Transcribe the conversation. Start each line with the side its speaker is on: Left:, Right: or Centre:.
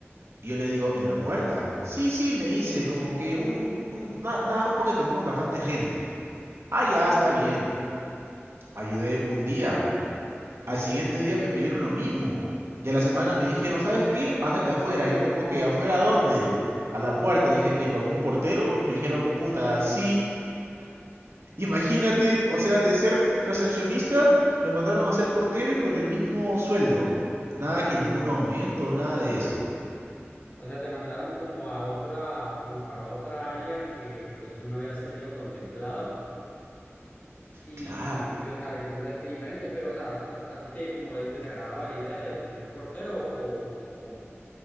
Right: Y yo le digo, ¿en la puerta? Sí, sí, me dice, como que un, un- na- nada más porque tenemos bastante gente. Ah, ya, está bien. Ayudé un día. Al siguiente día me pidieron lo mismo. Y a la semana me dijeron, ¿sabes qué? Ándate afuera. Yo como que, ¿afuera dónde? A la puerta. Le dije, que ¿Como un portero? Y me dijeron, puta, sí. Imagínate, o sea, de ser recepcionista me mandaron a ser portero y por el mismo sueldo. Nada que ningún aumento, nada de eso.
Left: O sea, te mandaron como a otra, como para otra área que pues tú no habías tenido contemplado y,
Right: Claro.
Left: y, o sea, y completamente diferente, pero, o sea, a, a ti te como desagradaba la idea de, de ser portero o, o cómo.